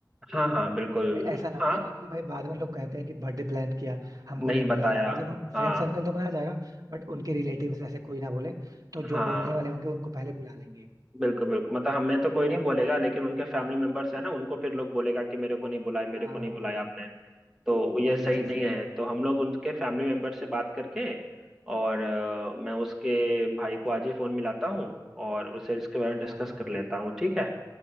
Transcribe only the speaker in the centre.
हाँ हाँ बिल्कुल
हाँ
नहीं
बताया
हाँ
हाँ
बिल्कुल बिल्कुल मतलब हमें तो कोई नहीं बोलेगा लेकिन उनके फैमिली मेंबर्स है ना उनको फिर लोग बोलेगा कि मेरे को नहीं बुलाया मेरे
को
नहीं
बुलाया आपने तो ये
सही
नहीं
है तो हम लोग उनके फैमिली मेंबर से बात करके और अ, मैं उसके भाई को आज ही फोन मिलाता हूँ और उसे इसके बारे में डिस्कस
कर लेता हूँ ठीक है